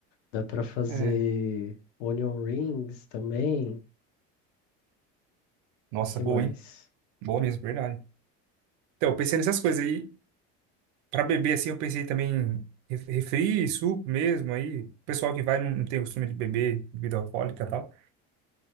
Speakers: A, on the left; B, on the right.
A: dá pra fazer
B: É.
A: onion rings também,
B: Nossa,
A: que
B: boa,
A: mais?
B: hein? Boa mesmo, verdade. Então, eu pensei nessas coisas aí. Pra beber, assim, eu pensei também em ref- refri, suco mesmo. Aí, o pessoal que vai não, não tem costume de beber bebida alcoólica e tal.